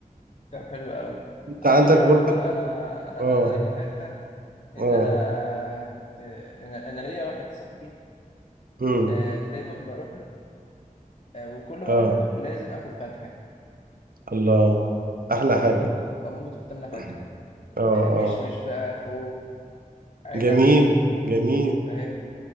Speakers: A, on the left (about 50°); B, on the right (about 80°).
A: طب حلو قوي
B: انت
A: على
B: عندك
A: فكرة
B: برضك
A: اعتبر انا انا
B: اه
A: أنا زيك في حتة ان
B: اه
A: انا كنت انا, أنا ليا واحد صاحبي
B: امم
A: آه، دايما بروح له آه، وكل ما
B: اه
A: اروح له لازم اكل فاكهة
B: الله احلى
A: آه، مامته
B: حاجة
A: تحط آه، مامته تحط لنا فاكهة
B: <clears throat> اه اه
A: آه، مش مش بقى خوخ عنب
B: جميل جميل
A: فاهم